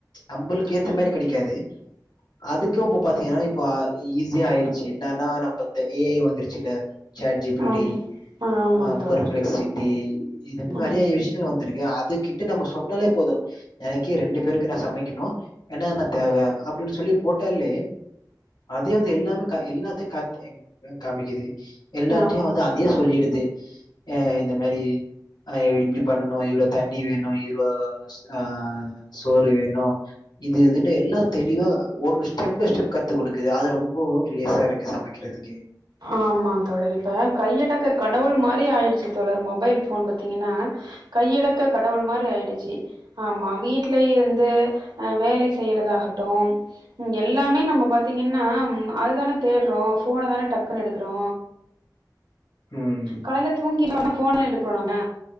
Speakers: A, on the left (about 80°); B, on the right (about 90°).
A: நம்ளுக்கு ஏத்த
B: ஆ
A: மாரி கெடைக்காது அதுக்கூ இப்ப பாத்தீங்கன்னா இப்ப ஈஸி ஆயிருச்சு என்னன்னா நம்ப இந்த ஏ ஐ வந்துருச்சுல சாட் ஜீ பி
B: ஆம்
A: டி
B: ஆமா
A: ஆ
B: தோழர்
A: பர்ப்ளக்சிட்டி இது மாரி
B: ம்
A: நெறைய ஏ ஐ விஷ்யங்கள் வந்திருக்கு அது கிட்ட நம்ம சொன்னாலே போது எனக்கு ரெண்டு பேருக்கு நா சமைக்கணு என்னனென்ன தேவ அப்டின்னு சொல்லி போட்டாலே அதே எல்லாமே கா எல்லாத்தையு கா காமிக்குது எல்லாத்தையு
B: ஆமா
A: வந்து
B: தோழர்
A: அதையே சொல்லிடுது ஆ இந்த மாரி ஆ இப்டி பண்ணு இவ்ளோ தண்ணி வேணு இவ்ளோ ஆ சோறு வேணு இது இதுன்னு எல்லா தெளிவா ஒரு ஸ்டெப் பை ஸ்டெப் கத்து குடுக்குது அது ரொம் போ யூசா இருக்கு சமைக்கிறதுக்கே
B: ஆமா தோழர் இப்ப கையடக்க கடவுள் மாரி ஆயிருச்சு தோழர் மொபைல் ஃபோன் பாத்தீங்கன்னா கையடக்க கடவுள் மாரி ஆயிடுச்சி ஆமா வீட்லயே இருந்து வேலை செய்றதாகட்டூ இங்க எல் எல்லாமே நம்ம பாத்தீங்கன்னா அதுதான தேட்றோ ஃபோன தான டக்குன்னு எடுக்குறோ
A: ம்
B: காலைல தூங்கி <unintelligible> ஃபோன எடுக்குறோ நம்ம